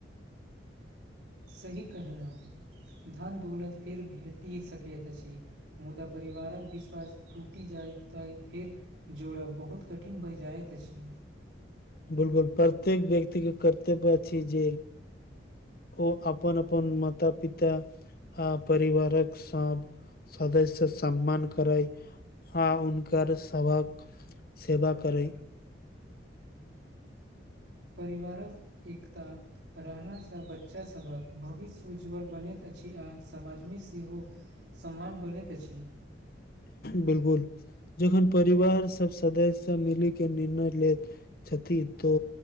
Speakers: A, on the right (about 70°); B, on the left (about 50°).
A: सही कहनाहुँ धान दौलत फेर भेटि सकैत अछि। मुदा परिवार कऽ विश्वास टूटी जाइ तइ फेर जोड़ब बहुत कठिन भऽ जाइत अछि।
B: बिल्कूल प्रत्येक व्यक्ति के कर्तव्य अछि जे ओ अपन अपन माता पिता आ परिवार कऽ सा सदस्य सम्मान करै आ हनकर सभ कऽ सेवा करे
A: परिवार कऽ एकता रहलासँ बच्चा सभकऽ भविष्य उज्ज्वल बनैत अछि आ समाजमे सेहो सम्मान बढ़ैत अछि।
B: बिल्कूल जखन परिवार सभ सदस्य सभ मिली के निर्णय लेत छथि तो